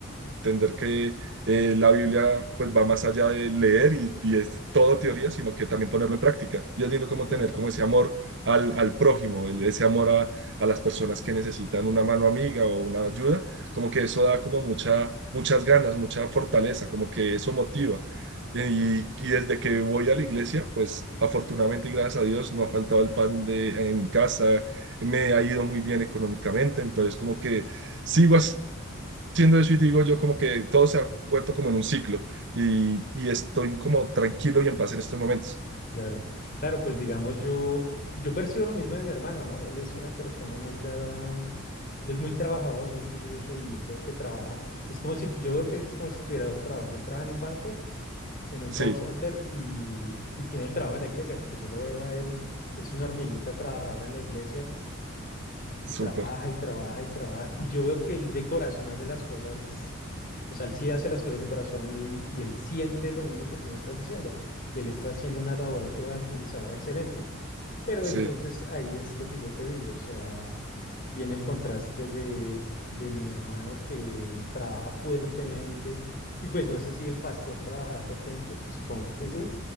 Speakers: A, on the right; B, on the left.
A: entender que eh, la Biblia pues va más allá de leer y, y es todo teoría, sino que también ponerlo en práctica. Y es lindo como
B: Sí, claro.
A: tener como ese amor al, al prójimo, el- ese amor a, a las personas que necesitan una mano amiga o una ayuda, como que eso da como mucha, muchas ganas, mucha fortaleza, como que eso motiva. Y, y desde que voy a la iglesia, pues afortunadamente y gracias a Dios no ha faltado el pan de, en mi casa, me ha ido muy bien económicamente, entonces como que sigo siendo eso y digo yo como que todo se ha vuelto como en un ciclo y, y estoy como tranquilo y en paz en estos momentos.
B: Claro, claro, pues digamos yo, yo percibo lo mismo de mi hermano, ¿no? Él es una persona muy dada, él es muy trabajador, muy juicioso y veo que trabaja. Es como si, yo veo que es como si tuviera dos trabajos. Él trabaja en un banco, en un
A: Sí,
B: call center y, y tiene el trabajo de la iglesia, porque yo lo veo a él, es una hormiguita trabajadora en la iglesia y
A: súper,
B: trabaja y trabaja y trabaja. Y yo veo que él de corazón hace las cosas, o sea, él sí hace las cosas de corazón y, y él siente lo mismo que tú me estás diciendo, que él está haciendo una labor evangelizadora excelente. Pero
A: sí.
B: entonces ahí es lo que yo te digo, o sea, viene el contraste de, de mi hermano que trabaja fuertemente y pues no sé si el pastor trabajará fuertemente, pues, supongo que sí,